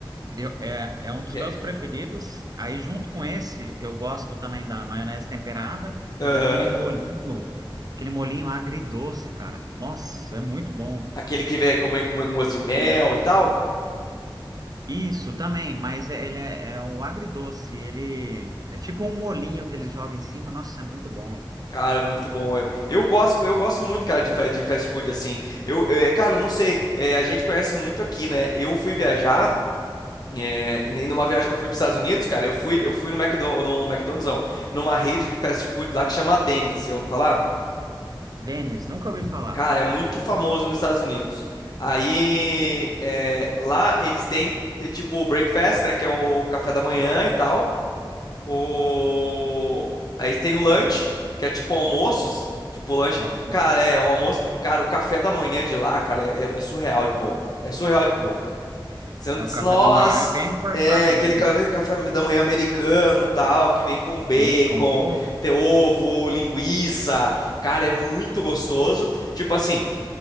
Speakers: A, on the right; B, on the left.
A: eu, é, é um dos
B: que
A: meus
B: é...
A: preferidos. Aí, junto com esse, eu gosto também da maionese temperada
B: Aham.
A: e daquele molinho, aquele molinho agridoce, cara. Nossa, é muito bom.
B: Aquele que vem comer com com gosto de mel e tal.
A: Isso também, mas é- ele é, é o agridoce, ele é tipo um molinho que eles jogam em cima. Nossa, é muito bom.
B: Cara, muito bom. Eu, eu gosto, eu gosto muito, cara, de, fa- de fast food assim. Eu, eh, cara, eu não sei, eh, a gente conhece muito aqui, né? Eu fui viajar, eh, em- numa viagem que eu fui para os Estados Unidos, cara, eu fui, eu fui no McDonald's, no McDonald's, não, numa rede de fast food lá que chama Denny's, já ouviu falar?
A: Denis, nunca ouvi falar.
B: Cara, é muito famoso nos Estados Unidos. Aí, eh, lá eles têm eh, tipo o breakfast, né, que é o café da manhã e tal. O... Aí tem o lanche, que é tipo almoços. Tipo lanche.
A: O almoço,
B: Cara, é um almoço. Cara, o café da manhã de lá, cara, é, é surreal de bom. É surreal de bom, cara. Você não-
A: é o café
B: Nossa!
A: da manhã é bem reforçado,
B: É, aquele
A: né?
B: café, café da manhã americano, tal, que vem com bacon,
A: Bacon, ovo.
B: ter ovo, linguiça. Cara, é muito gostoso. Tipo assim,